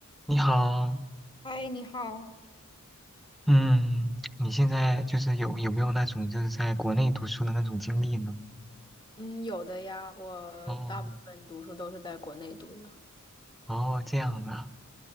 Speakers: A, in the centre; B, on the left (about 20°).
A: 你好，
B: 嗨，你好。
A: 嗯，你现在就是有有没有那种就是在国内读书的那种经历呢？
B: 嗯，有的呀，我大部分读书都是在国内读的。
A: 哦，哦，这样啊。